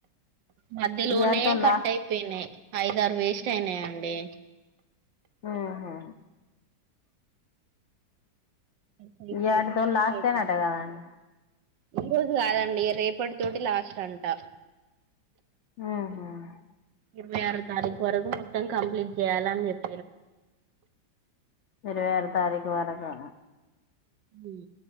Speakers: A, on the right (about 75°); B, on the left (about 75°).
A: మధ్యలోనే
B: ఈ ఏటితోని
A: కట్
B: లాస్ట్
A: అయిపోయినయ్ ఐదారు వేస్ట్ అయినాయండి
B: ఆహా
A: సరికి
B: ఇయాటితోని
A: వేస్ట్
B: లాస్టేనట
A: అయితుంది
B: కదండ్
A: ఈ రోజ్ జు కాదండి రేపటి తోటి లాస్ట్ అన్ ట
B: ఉహు
A: ఇరవై ఆరో తారీక్ వరకు మొత్తం కంప్లీట్ జేయలన్ జెప్
B: ఇరవై ఆరు తారీక్ త్వరగా
A: ఉ